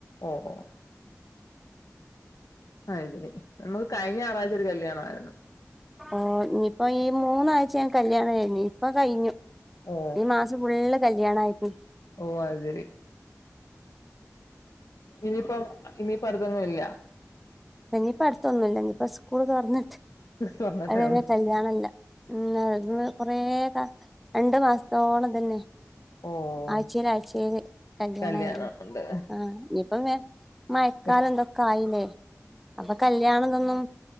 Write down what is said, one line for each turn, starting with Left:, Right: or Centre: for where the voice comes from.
Left: ഓഹ് ഓഹ് അത് ശെരി നമക്ക് കഴിഞ്ഞ ഞായറാഴ്ച ഒര് കല്യാണമായിരുന്നു
Centre: ഓഹ് ഇഞ്പ്പ ഈ മൂന്നാഴ്ച ഞാങ്ങക്ക് കല്യാണം കഴിഞ് ഇപ്പ കഴിഞ്ഞു
Left: ഓ
Centre: ഈ മാസ ഫുള്ള് കല്യാണം ആയിരിന്നു
Left: ഓഹ് അത് ശെരി ഇനിയിപ്പം ഇനിയിപ്പ അടുതൊന്നും ഇല്ല
Centre: ഇനിപ്പ അട്ത്തൊന്നുല്ല ഇതിപ്പ സ്കൂള് തൊർന്ന്ട്ട്
Left: തുറന്നിട്ടേ
Centre: അതെന്നെ
Left: ഉള്ളൂ
Centre: കല്യാണല്ല ഉം അന്ന് വേക രണ്ട് മാസത്തോളം ഇതന്നെ
Left: ഓ
Centre: ആഴ്ചേല് ആഴ്ചേല് കല്യാണായിരുന്നു
Left: കല്യാണം ഉണ്ട്
Centre: ആഹ് ഇഞിപ്പ വെ മഴക്കാലം
Left: വെക്ക്
Centre: ഇതൊക്കെ ആയില്ലേ അപ്പൊ കല്യാണം ഇതൊന്നും